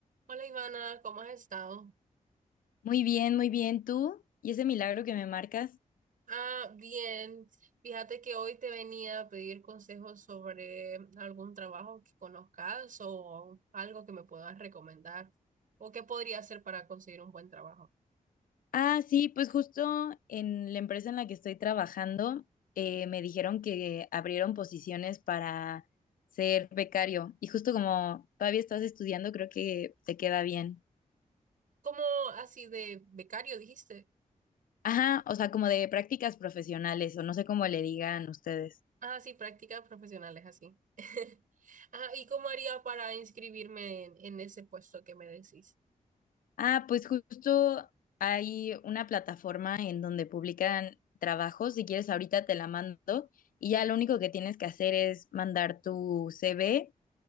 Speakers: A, on the right; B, on the left.
A: Hola Ivana, ¿cómo has estado?
B: Muy bien, muy bien. ¿Tú? ¿Y ese milagro que me marcas?
A: Ah, bien. Fíjate que hoy te venía a pedir consejos sobre algún trabajo que conozcas o algo que me puedas recomendar o qué podría hacer para conseguir un buen trabajo.
B: Ah, sí, pues justo en la empresa en la que estoy trabajando, eh, me dijeron que abrieron posiciones para ser becario. Y justo como todavía estás estudiando, creo que te queda bien.
A: Como así de becario dijiste?
B: Ajá, o sea, como de prácticas profesionales, o no sé cómo le digan ustedes.
A: Ah, sí, prácticas profesionales así. <laughs> Ajá, ¿y cómo haría para inscribirme en, en ese puesto que me decís?
B: Ah, pues justo hay una plataforma en donde publican trabajos. Si quieres, ahorita te la mando y ya lo único que tienes que hacer es mandar tu CV